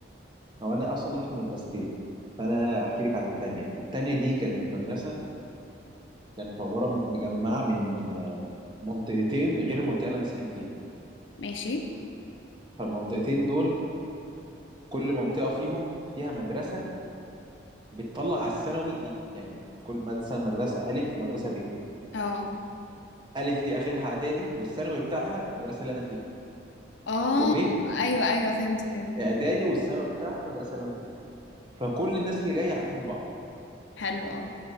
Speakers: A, on the right; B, on the left.
A: هو انا اصلا رحت مدرستين فانا احكي لك عن التانية دي التانية دي كانت مدرسة كانت عبارة مجمعة من آه، منطقتين غير المنطقة اللي انا ساكن فيها
B: ماشي
A: فالمنطقتين دول كل منطقة فيهم فيها مدرسة بتطلع على الثانوي دي يعني كل مدرسة مدرسة ألف ومدرسة ب
B: اه
A: ألف دي آخرها إعدادي والثانوي بتاعها المدرسة اللي أنا فيها
B: اه
A: وب
B: ايوه ايوه فهمت فهمت
A: إعدادي والثانوي بتاعها المدرسة اللي أنا فيها فكل الناس اللي جاية عارفين بعض
B: حلو اه